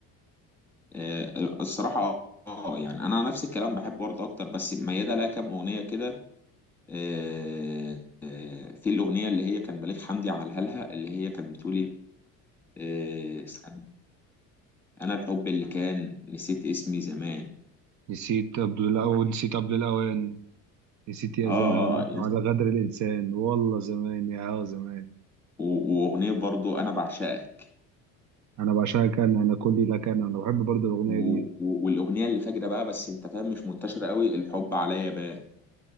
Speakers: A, in the centre; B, on the right.
A: آه، الصراحه اه يعني انا نفس الكلام بحب ورده اكتر بس ميادة لها كام اغنيه كده آه، آه، في الاغنيه اللي هي كان بليغ حمدي عملها لها اللي هي كانت بتقول ايه آه، استنى، انا الحب اللي كان نسيت اسمي زمان
B: نسيت قبل الأوان نسيت قبل الأوان نسيت يا
A: اه
B: زمان
A: اه
B: وعلى غدر الإنسان والله زمان يا زمان
A: و- واغنيه برضو انا بعشقك
B: أنا بعشقك أنا أنا كلي لك أنا أنا بحب برضه الأغنية
A: و...
B: دي
A: و... والاغنيه اللي فاجره بقى بس انت فاهم مش منتشره قوي الحب عليا بان